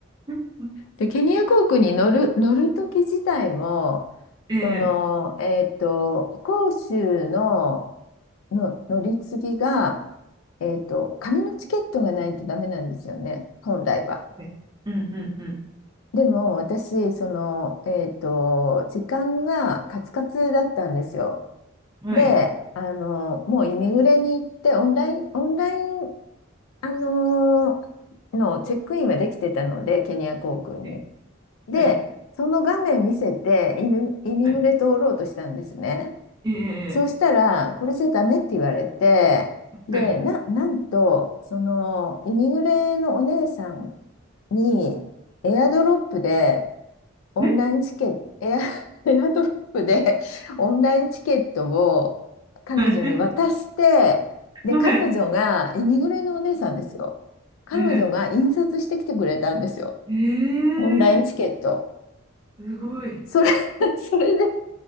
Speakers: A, on the right (about 20°); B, on the left (about 75°).
A: <laughs>
B: で、ケニア航空に乗る、乗る時自体も、
A: ええ
B: その、えっと、杭州の、の乗り継ぎが、えっと、紙のチケットがないとダメなんですよね、本来は。
A: はいうんうん
B: でも私、その、えっと、時間がカツカツだったんですよ。
A: うん。
B: で、
A: はい。
B: あの、もうイミグレに行って、オンライン、オンライン、あの、のチェックインはできてたので、ケニア航空に。
A: え
B: で、
A: はい。
B: その画面見せて、イミ、イミグレ通ろうとしたんですね。
A: はい。ええ
B: そうしたら、これじゃダメって言われて、で、
A: はい。
B: な、なんと、その、イミグレのお姉さんに、エアドロップで、オンラインチケット、
A: ね
B: エア、<laughs> エアドロップでオンラインチケットを彼女に渡して、
A: はい。
B: で、
A: はい。
B: 彼女が、イミグレのお姉さんですよ。彼女が印刷してきてくれたんですよ。
A: はい。え
B: オンラインチケット。
A: えええすごい。
B: それ、<laughs> それで